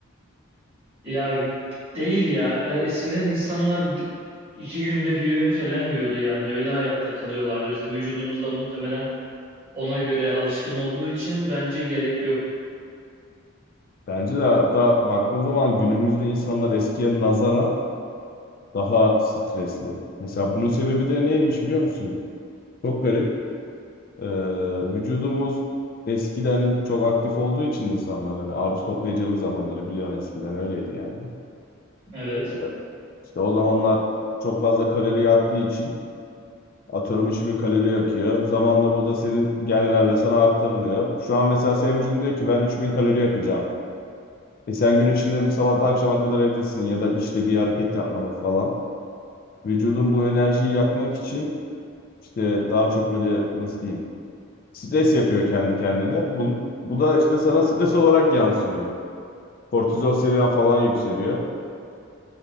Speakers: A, on the right; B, on the left.
A: Ya değil ya. E, Eskiden insanlar bi- iki günde bir öğün falan yiyordu yani. Öyle hayatta kalıyorlardı. Bizim vücudumuz da muhtemelen ona göre alışkın olduğu için bence gerek yok.
B: Bence de hatta baktığın zaman günümüzde insanlar eskiye nazaran daha stresli. Mesela bunun sebebi de neymiş biliyor musun? Çok garip. Ee, vücudumuz eskiden çok aktif olduğu için insanlar hani avcı toplayıcılık zamanları biliyorsun eskiden öyleydi yani.
A: Evet.
B: Ee, İşte o zamanlar çok fazla kalori yaktığı için atıyorum 3000 kalori yakıyor. Zamanla bu da senin genlerle sana aktarılıyor. Şu an mesela senin vücudun diyor ki ben 3000 kalori yakacağım. E sen gün içinde bir sabahtan akşama kadar evdesin ya da işte bir hareket yapmalı falan. Vücudun bu enerjiyi yakmak için işte daha çok böyle nasıl diyeyim stres yapıyor kendi kendine. Bu, bu da işte sana stres olarak yansıyor. Kortizol seviyen falan yükseliyor.